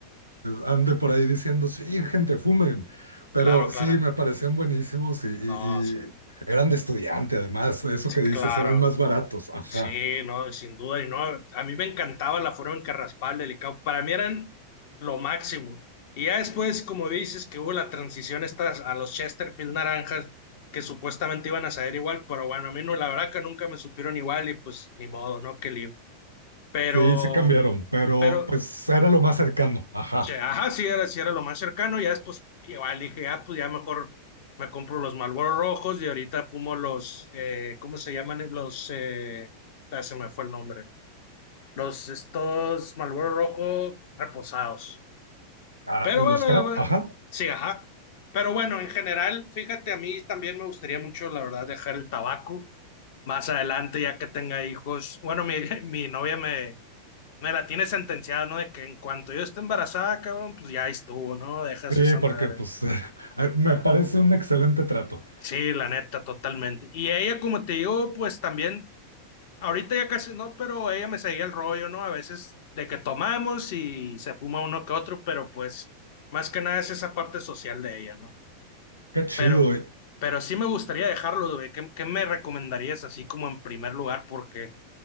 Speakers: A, on the right (about 85°); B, on the left (about 50°).
A: ande por ahí diciendo, sí, gente, fumen. Pero
B: Claro, claro.
A: sí, me parecían buenísimos y, y-
B: No, sí,
A: y eran de estudiante, además, eso que dices,
B: claro.
A: eran más baratos. Ajá.
B: Sí, no, sin duda, y no, a mí me encantaba la forma en que raspaba el delicado, para mí eran lo máximo. Y ya después, como dices, que hubo la transición esta a los Chesterfield naranjas, que supuestamente iban a saber igual, pero bueno, a mí no, la verdad que nunca me supieron igual y pues ni modo, ¿no? Qué lío. Pero,
A: Sí, sí cambiaron, pero
B: pero,
A: pues era lo más cercano. Ajá.
B: che, ajá, sí era, sí era lo más cercano, ya después igual dije, ah, pues ya mejor me compro los Marlboro rojos y ahorita fumo los, eh, ¿cómo se llaman? Los, eh, ah, se me fue el nombre los estos Marlboro Rojo reposados.
A: Ah,
B: Pero
A: de
B: bueno,
A: los crap,
B: bueno,
A: ajá.
B: sí, ajá. Pero bueno, en general, fíjate, a mí también me gustaría mucho, la verdad, dejar el tabaco más adelante, ya que tenga hijos. Bueno, mi, <laughs> mi novia me, me la tiene sentenciada, ¿no? De que en cuanto yo esté embarazada, cabrón, pues ya estuvo, ¿no? Dejas
A: Sí,
B: esa madre.
A: porque pues <laughs> eh, me
B: Ah,
A: parece un excelente trato.
B: sí, la neta, totalmente. Y ella, como te digo, pues también Ahorita ya casi no, pero ella me seguía el rollo, ¿no? A veces de que tomamos y se fuma uno que otro, pero pues más que nada es esa parte social de ella, ¿no?
A: Qué chido.
B: Pero,
A: eh.
B: pero sí me gustaría dejarlo, güey. ¿Qué, qué me recomendarías así como en primer lugar? Porque